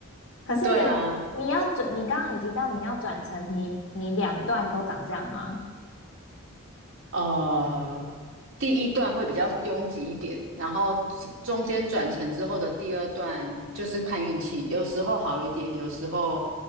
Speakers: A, on the left; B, on the right.
A: 可是你你要转，
B: 对啊，
A: 你刚刚也提到你要转成你你两段都长这样吗？
B: 呃，第一段会比较拥挤一点，然后中中间转乘之后的第二段就是看运气，有时候好一点，有时候